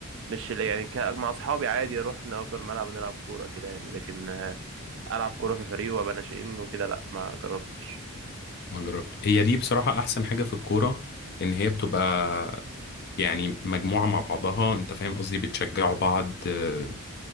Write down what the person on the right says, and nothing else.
مش ال- يعني ك- مع اصحابي عادي اروح نأجر ملعب ونلعب كورة كده يعني لكن آه، العب كورة في فريق وابقى ناشئين وكده لا ما جربتش